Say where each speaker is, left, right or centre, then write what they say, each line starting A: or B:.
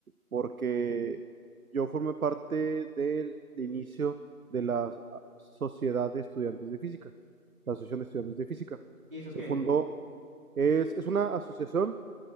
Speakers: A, on the right (about 65°); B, on the right (about 35°).
A: porque yo formé parte del inicio de la Sociedad de Estudiantes de Física, la Asociación de Estudiantes de Física.
B: ¿Y eso
A: Se
B: qué?
A: fundó, es, es una asociación